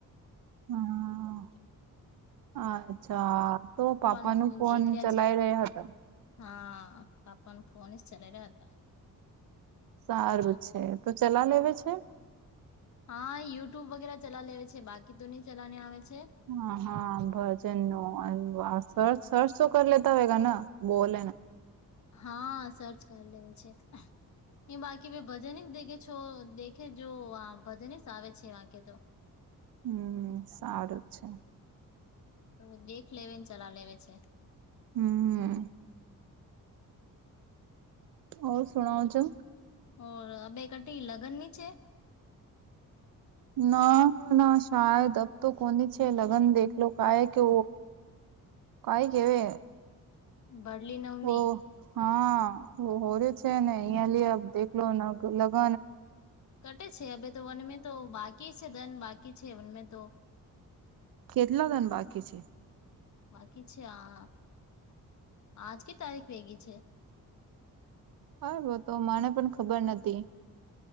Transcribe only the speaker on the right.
હમ અચ્છા તો પાપા
ન ફોન
ચલાઈ
રહ્યા હતા.
સારું છે તો ચલા લેવે છે.
હા હા ભજન ન સર સરર્ચ તો કર લેતા હોય ના બોલ
હમ સારુ જ છે.
હમ્મ હ, શણઉ છો.
ના ના શાયદબ તો કોની છે, લગ્ન દેખલો, કાય કે કહી કેવે
ઓ હા હોર છેને <inaudible> અહિ યાંલ દેખલોને લગ
કેટલા રન બાકી છે.
હા, તો મને પણ ખબર નથી.